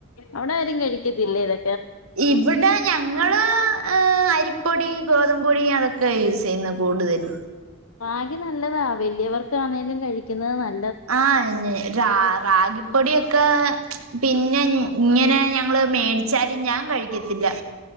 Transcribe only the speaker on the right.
ഇവ്ട ഞങ്ങള്.. അരിപ്പൊടി ഗോതമ്പോടി അതൊക്കെയ യൂസെയ്യുന്നെ കൂടുതലും
ആഹ് റാ റാഗിപ്പൊടിയൊ ക്കാ പിന്നെ ഇങ്ങനെ ഞങ്ങള് മേടിച്ചാലും ഞാൻ കഴിക്കത്തില്ല